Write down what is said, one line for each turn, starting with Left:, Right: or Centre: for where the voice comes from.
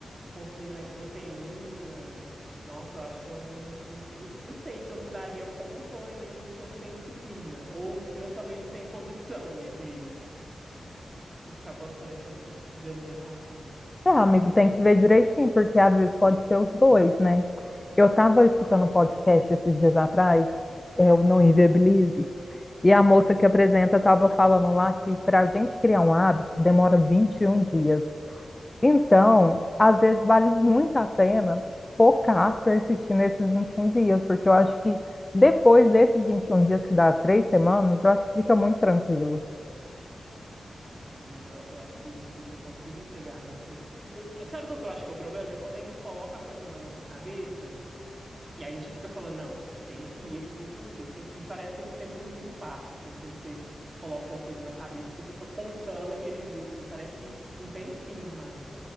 Right: consumir mais proteína. Nossa, eu acho que eu não, não, não- não sei se eu não daria conta ou é mesmo se eu não tenho disciplina. Ou eu também não tenho condição, né, de, de ficar bancando essa, esse tipo de alimentação.
Left: É, amigo, tem que ver direitinho, porque às vezes pode ser os dois, né? Eu estava escutando um podcast esses dias atrás, é o Não Inviabilize, e a moça que apresenta estava falando lá que para a gente criar um hábito demora 21 dias. Então, às vezes vale muito a pena focar, persistir nesses 21 dias, porque eu acho que depois desses 21 dias, que dá três semanas, eu acho que fica muito tranquilo.
Right: Nossa, mas eu, eu acho que o difícil é conseguir chegar nesse. Eh, eh, Sabe qual que eu acho que é o problema? É quando a gente coloca a coisa na nossa cabeça E a gente fica falando, não, tem que ir esses 21 dias, tem que... e parece que esse tempo não passa, assim, quando você coloca uma coisa na cabeça, você fica contando aqueles dias, assim, parece que não tem fim mais.